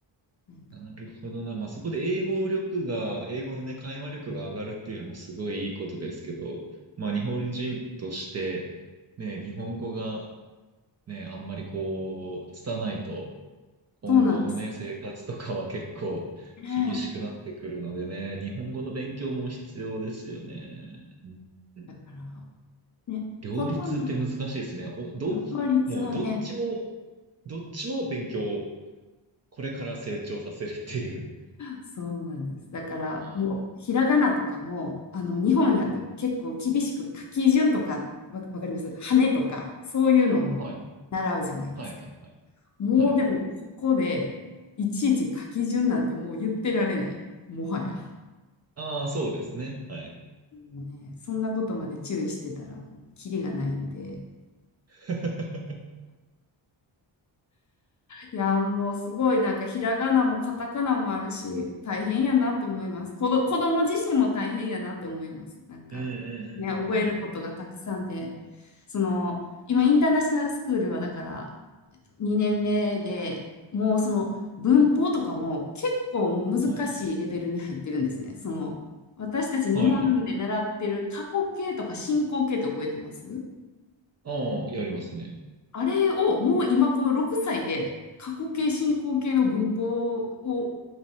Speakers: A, on the left; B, on the right.
A: う。なんか
B: なるほどな。まあ、そこで英語力が、英語のね、会話力が上がるっていうのもすごいいいことですけど、まあ、日本人として、ね、日本語がね、あんまりこう、拙いと、今後のね、
A: そうなんです
B: 生活とかは結構厳しくなってくるのでね、
A: ね。
B: 日本語の勉強も必要ですよね。うんうん
A: だから、ね、
B: 両立って難しいですね。
A: ほとんど、
B: お、ど、
A: 両立はね、
B: もうどっちも、どっちも勉強、これから成長させるっていう。
A: そうなんです。だからもうひらがなとかもあの日本やと結構厳しく書き順とかわ、
B: ああ、うん。
A: わかります羽とかそういうのも習うじゃないですか。
B: はい。はいはいはい。
A: もうでもここでいちいち書き順なんてもう言ってられない。
B: はい。
A: もはや。
B: ああ、そうですね。はい。
A: もうね、そんなことまで注意してたらもうキリがないんで。
B: <laughs>
A: いやー、もうすごいなんかひらがなもカタカナもあるし、大変やなって思います。子ど、子供自身も大変やなって思います。なんかね、
B: うんうんうんうんうんうん。
A: 覚えることがたくさんで、その、今インターナショナルスクールはだから、えっと、2年目でもうその文法とかも結構もう難しいレベルに入ってるんですね。
B: はい。
A: その、私たち日本で習ってる過去形とか進行形って覚えてます
B: はいはい。ああ、やりますね。
A: あれをもう今この6歳で過去形進行形の文法を